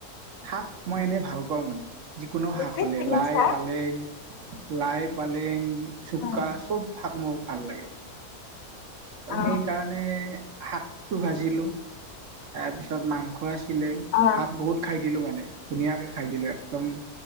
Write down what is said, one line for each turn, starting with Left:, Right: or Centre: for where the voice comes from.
Right: শাক মই এনেই ভাল পাওঁ মানে যিকোনো
Left: নিজে
Right: শাক হ'লে
Left: কিনিছা
Right: লাই পালেং লাই পালেং চুকা
Left: অ
Right: চব শাক মোৰ ভাল লাগে। ত
Left: অ
Right: সেইকাৰণে শাকটো ভাজিলোঁ তাৰ পিছত মাংস খোৱাছিলে
Left: অ
Right: ভাত বহুত খাই দিলোঁ মানে ধুনীয়াকৈ খাই দিলোঁ একদম